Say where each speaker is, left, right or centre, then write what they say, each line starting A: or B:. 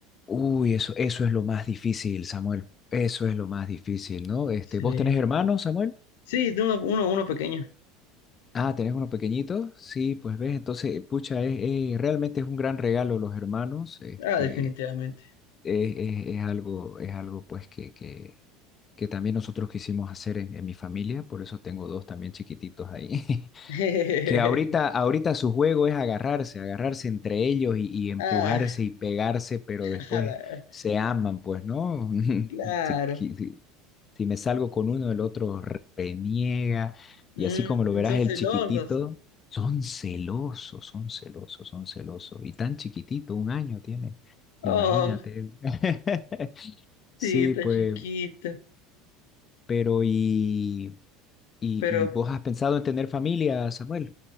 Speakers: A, on the left; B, on the left.
A: Uy, eso, eso es lo más difícil, Samuel. Eso es lo más difícil, ¿no? Este,
B: Sí.
A: ¿vos tenés hermanos, Samuel?
B: Sí, de uno, uno, uno pequeño.
A: Ah, ¿tenés unos pequeñitos? Sí, pues ves, entonces, pucha, es, es- realmente es un gran regalo los hermanos, este,
B: Ah, definitivamente.
A: es, es- es algo, es algo pues que, que, que también nosotros quisimos hacer en, en mi familia, por eso tengo dos también chiquititos ahí,
B: <laughs>
A: <laughs> que ahorita, ahorita su juego es agarrarse, agarrarse entre ellos y, y empujarse
B: Ah,
A: y pegarse, pero
B: <laughs>
A: después
B: ala,
A: se aman, pues, ¿no? <laughs>
B: claro.
A: Sí, qui- sí, si me salgo con uno, el otro reniega. Y
B: Mm,
A: así como lo verás,
B: son
A: el
B: celosos.
A: chiquitito, son celosos, son celosos, son celosos. Y tan chiquitito, un año tiene,
B: Oh,
A: imagínate. <laughs> Sí,
B: sí, está
A: pues,
B: chiquito.
A: pero y, y,
B: Pero
A: y vos has pensado en tener familia, Samuel.